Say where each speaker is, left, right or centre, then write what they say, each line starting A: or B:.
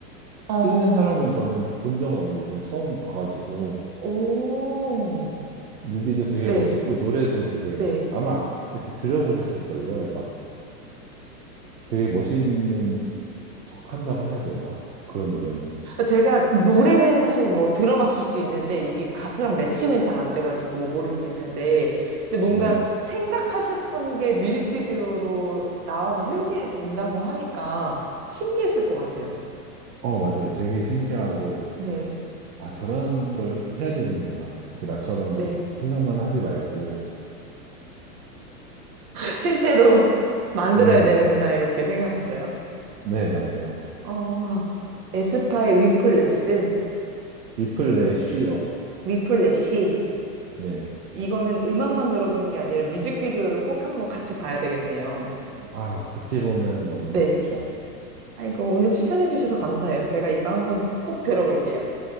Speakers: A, on the right; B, on the right.
A: 어,
B: 찍는 사람은 저는 본 적은 없는데 이번에 처음 봐가지고
A: 오,
B: 뮤비도 되게
A: 네,
B: 멋있고 노래도 되게
A: 네.
B: 아마 이렇게 들어보셨을걸요. 막 되게 멋있는 척한다고 해야 되나? 그런 노래인데.
A: 제가 노래는 사실 뭐 들어봤을 수 있는데, 이게 가수랑 매칭은 잘 안 돼가지고 모를 수 있는데, 근데 뭔가
B: 네.
A: 생각하셨던 게 뮤직비디오로 나와서 현실이 된다고 하니까 신기했을 것 같아요.
B: 어, 맞아요. 되게 신기하고
A: 네,
B: 아, 저런 걸 해야 되는구나. 이렇게 나처럼
A: 네.
B: 생각만 하지 말고.
A: 실제로 <laughs> 만들어야
B: 네.
A: 되는구나, 이렇게 생각하셨어요.
B: 네, 맞아요.
A: 어, 에스파의 위플레스,
B: 리플레 쉬어.
A: 위플래시.
B: 네.
A: 이거는 음악만 들어보는 게 아니라 뮤직비디오를 꼭 한번 같이 봐야 되겠네요.
B: 아, 같이 보면 너무
A: 네.
B: 좋죠.
A: 아이고, 오늘 추천해 주셔서 감사해요. 제가 이거 한번 꼭 들어볼게요.